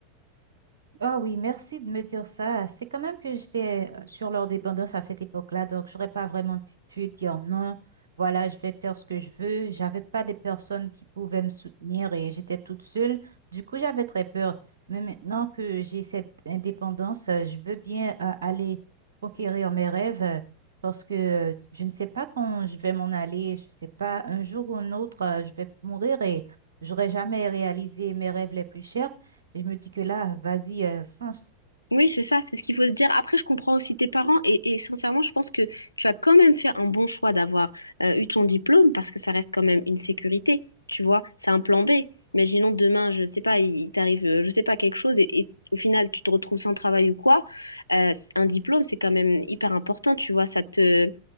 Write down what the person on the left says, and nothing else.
Oui, c'est ça, c'est ce qu'il faut se dire. Après, je comprends aussi tes parents et, et sincèrement, je pense que tu as quand même fait un bon choix d'avoir euh, eu ton diplôme parce que ça reste quand même une sécurité, tu vois, c'est un plan B. Imaginons demain, je sais pas, il t'arrive, euh, je sais pas, quelque chose et, et au final, tu te retrouves sans travail ou quoi. Euh, un diplôme, c'est quand même hyper important, tu vois, ça te,